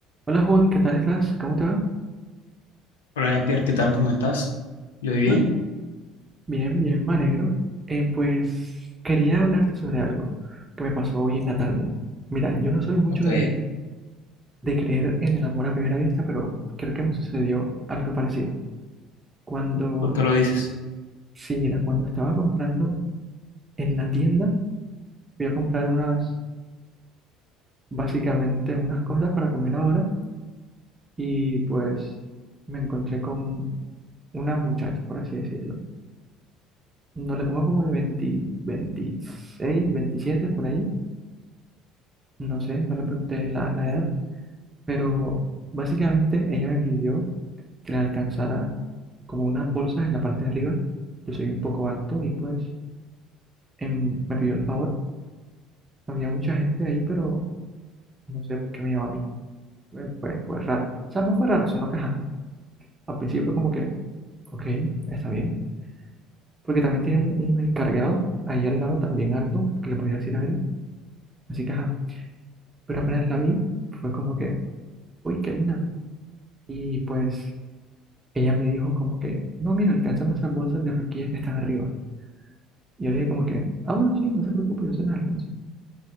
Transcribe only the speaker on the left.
Hola, Jean-Pierre, ¿qué tal? ¿Cómo estás? Yo bien.
Ok.
¿Por qué lo dices?